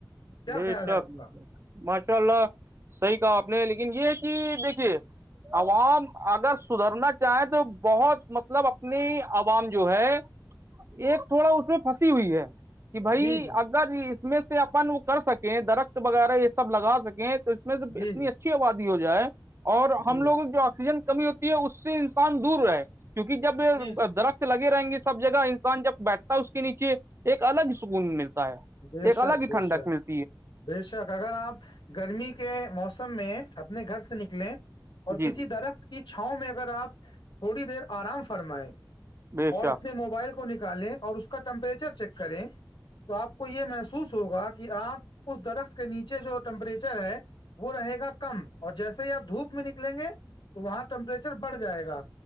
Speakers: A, on the left; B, on the right.
A: کیا
B: بے
A: خیال
B: شک
A: ہے آپ
B: بے
A: کا
B: شک ماشاء اللہ صحیح کہا آپ نے لیکن یہ کہ دیکھیے عوام اگر سدھرنا چاہے تو بہت مطلب اپنی عوام جو ہے ایک تھوڑا اس میں پھنسی ہوئی ہے کہ بھائی
A: جی جی
B: اگر اس میں سے اپن وہ کر سکیں درخت وغیرہ یہ سب لگا سکیں اس میں سے
A: جی
B: اتنی
A: جی
B: اچھی آبادی ہو جائے اور
A: جی
B: ہم لوگ جو آکسیجن کمی ہوتی ہے اس سے انسان دور رہے کیونکہ جب
A: جی
B: درخت لگے رہیں گی سب جگہ انسان جب بیٹھتا ہے اس کے نیچے ایک الگ ہی سکون ملتا ہے
A: جی بے
B: ایک الگ
A: شک
B: ہی
A: بے
B: ٹھنڈک
A: شک
B: ملتا
A: بے شک اگر آپ گرمی کے موسم میں اپنے گھر سے نکلیں اور
B: جی
A: کسی درخت کی چھاؤں میں اگر آپ تھوڑی دیر آرام فرمائیں
B: بے
A: اور
B: شک
A: اپنے موبائل کو نکالیں اور اس کا ٹمپریچر چیک کریں تو آپ کو یہ محسوس ہوگا کہ آپ اس درخت کے نیچے جو ٹیمپریچر ہے وہ رہے گا کم اور جیسے ہی آپ دھوپ میں نکلیں گے تو وہاں ٹمپریچر بڑھ جائے گا